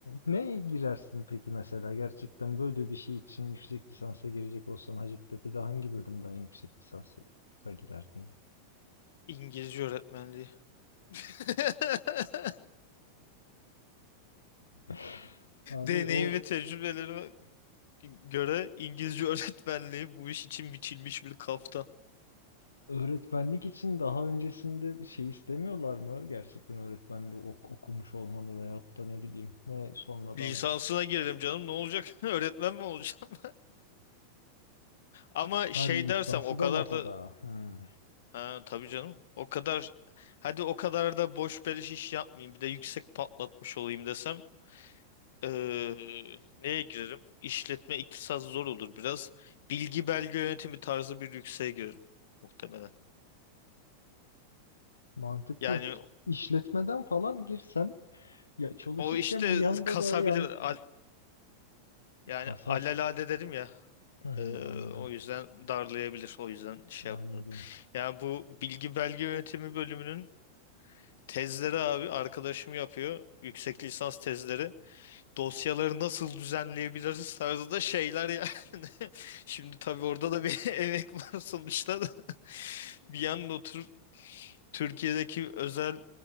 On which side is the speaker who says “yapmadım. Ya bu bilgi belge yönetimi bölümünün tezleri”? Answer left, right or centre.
Left